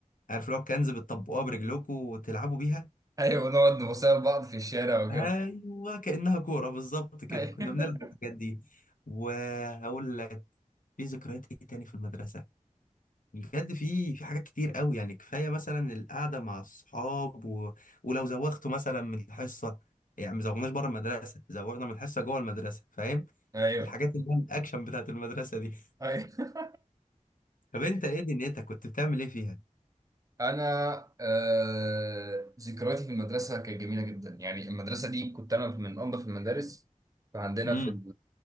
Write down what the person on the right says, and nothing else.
أيوه نقعد نبص لبعض في الشارع وكده
<laughs> أيوه
أيوه
أيوه
أنا آه... ذكرياتي في المدرسة كانت جميلة جدا يعني المدرسة دي كنت أنا من أنظف المدارس فعندنا
في ال